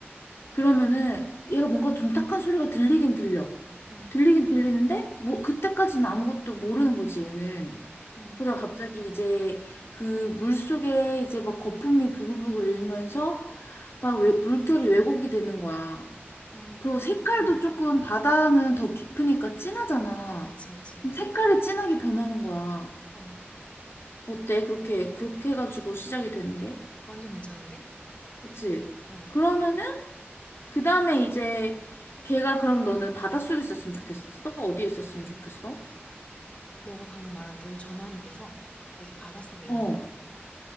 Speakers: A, on the left; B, on the left.
A: 그러면은 얘가 뭔가 둔탁한 소리가 들리긴 들려.
B: 응.
A: 들리긴 들리는데 뭐 그때까지는 아무것도 모르는 거지 얘는.
B: 응.
A: 그러다가 갑자기 이제 그 물속에 이제 막 거품이 부글부글 일면서 막 왜, 물결이 왜곡이 되는 거야.
B: 음.
A: 그리고 색깔도 조금 바다는 더 깊으니까 진하잖아.
B: 아, 그치, 그치.
A: 그럼 색깔이 진하게 변하는 거야.
B: 어.
A: 어때? 그렇게, 그렇게 해가지고 시작이 되는 게?
B: 완전 괜찮은데?
A: 그치?
B: 응.
A: 그러면은, 그 다음에 이제, 걔가 그럼 너는 바닷속에 있었으면 좋겠어? 어디에 있었으면 좋겠어?
B: 너가 방금 말한 대로 전환이 돼서 갑자기 바닷속에 있는
A: 어.
B: 거야.